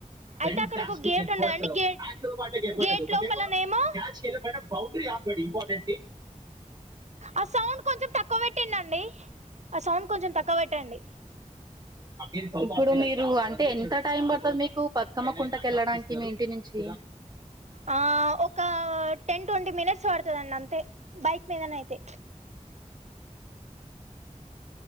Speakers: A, on the right (about 30°); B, on the right (about 60°).
A: ఫటి
B: అయితే అక్కడ ఒక గేట్
A: ఎర్ట్
B: ఉండదండి
A: లో
B: గేట్
A: ఎఫర్ట్
B: గేట్
A: అ ఒక
B: లోపలనేమో
A: ఏమో క్యాచ్యి బౌండరీ ఆం ఇంపార్టెంట్ ఎ
B: ఆ సౌండ్ కొంచెం తక్కువ పెట్టండి అండి ఆ సౌండ్ కొంచెం తక్కువ పెట్టండి
A: ఇప్పుడు మీరు అంటే ఎంత టైం పడుతది మీకు బతుకమ్మ కుంటకి వెళ్ళడానికి మీ ఇంటి నుంచి
B: ఆ ఒ క్క టెన్ ట్వంటీ మినిట్స్ పడతదండి అంతే బైక్ మీదన అయితే